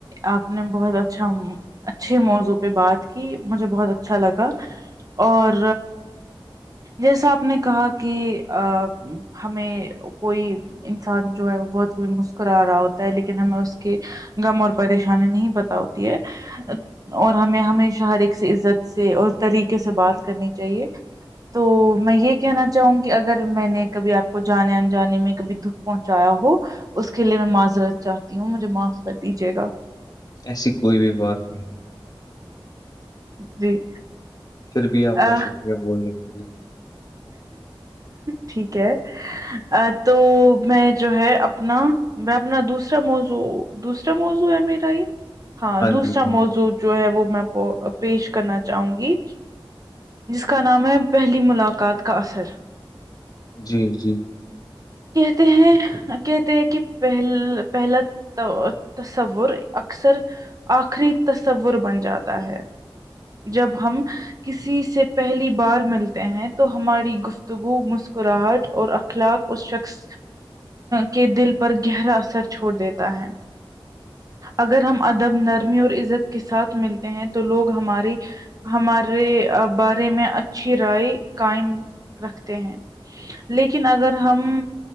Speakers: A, on the right; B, on the left.
A: آپ نے بہت اچھا اچھے موضوع پہ بات کی مجھے بہت اچھا لگا اور جیسا آپ نے کہا کہ ا ہمیں کوئی انسان جو ہے وہ بہت کب مسکرا رہا ہوتا ہے لیکن ہمیں اس کہ غم اور پریشانی نہیں پتا ہوتی ہے اور ہمیں ہمیشہ ہر ایک سے عزت سے اور طریقے سے بات کرنی چاہیے تو میں یہ کہنا چاہوں گی اگر میں نے کبھی آپ کو جانے ان جانے میں کبھی د پہنچایا ہو اس کے لیے میں معذرت چاہتی ہوں مجھے معاف کر دیجیے گا
B: ایسی کوئی بھی بات نہیں
A: جی
B: پھر بھی آپ کا
A: آ،
B: شکریہ بولنے کے لیے
A: ٹھیک ہے تو میں جو ہے اپنا میں اپنا دوسرا موزو دوسرا موزو ہے میرا یہ ہاں دوسرا
B: جی ہاں
A: موزو جو ہے وہ میں پیش کرنا چاہوں گی جس کا نام ہے پہلی ملاقات کا اثر
B: جی جی
A: کہتے ہیں کہتے ہیں کہ پہل پہلا تصور اکثر آخری تصور بن جاتا ہے جب ہم کسی سے پہلی بار ملتے ہیں تو ہماری گفتگو مسکراہٹ اور اخلاق اس شخص کے دل پر گہرا اثر چھوڑ دیتا ہے اگر ہم ادب نرمی اور عزت کے ساتھ ملتے ہیں تو لوگ ہماری ہمارے بارے میں اچھی رائے قائم رکھتے ہیں لیکن اگر ہم